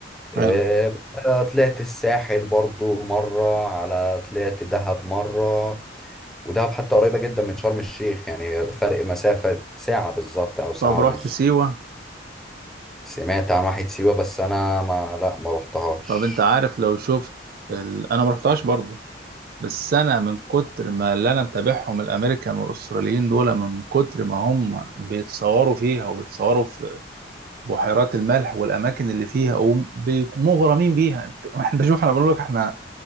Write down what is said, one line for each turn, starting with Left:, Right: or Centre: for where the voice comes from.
Right: حلو
Centre: آه، بقى طلعت الساحل برضو مرة على طلعت دهب مرة ودهب حتى قريبة جدا من شرم الشيخ يعني فرق مسافة ساعة بالظبط أو ساعة
Right: طب رحت
Centre: ونص
Right: سيوة
Centre: سمعت عن واحد سيوة بس أنا ما لا ما رحتهاش
Right: طب انت عارف لو شفت ال... انا ما رحتهاش برضو بس انا من كتر ما اللي انا متابعهم الامريكان والاستراليين دول من كتر ما هم بيتصوروا فيها وبيتصوروا في بحيرات الملح والاماكن اللي فيها ومغرمين بيها انت احنا شوف احنا بنقول لك احنا